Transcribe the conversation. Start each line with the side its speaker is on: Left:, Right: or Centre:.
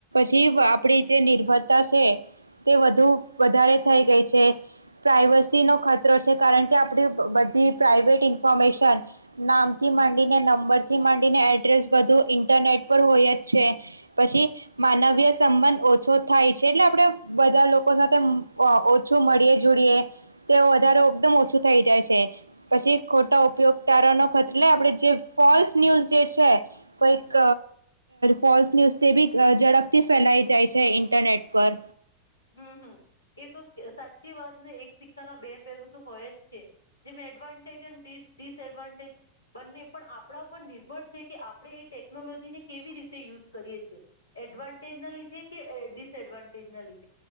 Right: જીવ આપણી જે નિર્ભરતા છે તે વધુ વધારે થઈ ગઈ છે પ્રાઇવસીનો ખતરો છે કારણ કે આપણી બધી પ્રાઇવેટ ઇન્ફોર્મેશન નામથી માંડીને નંબરથી માંડીને એડ્રેસ બધું ઇન્ટરનેટ પર હોય જ છે પછી માનવ સંબંધ ઓછો થાય છે એટલે આપણે બધા લોકો સાથે ઓછું મળીએ જોડીએ તે વધારે એકદમ ઓછું થઈ જાય છે પછી ખોટા ઉપયોગકારનો ખત આપણે જે ફોલ્સ ન્યૂઝ જે છે કોઈક ફોલ્સ ન્યૂઝ તે બી ઝડપ થી ફેલાઈ જાય છે ઇન્ટરનેટ પર.
Left: હમ હમ એ તો સાચી વાતને એક સિક્કાના બે પહેલું તો હોય જ છે જેમ એડવાન્ટેજ ડિસએડવાન્ટેજ બંને પણ આપણા ઉપર નિર્ભર છે કે આપણે એ ટેકનોલોજીને કેવી રીતે યુઝ કરીએ છીએ એડવા ટેજ કે ડી સએડવાન્ટેજ ના લી